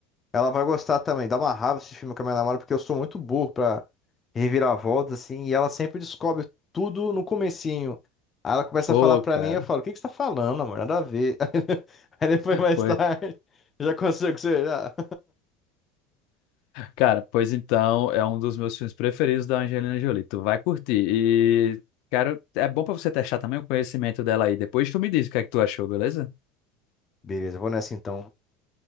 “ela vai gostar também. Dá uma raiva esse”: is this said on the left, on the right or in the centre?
Left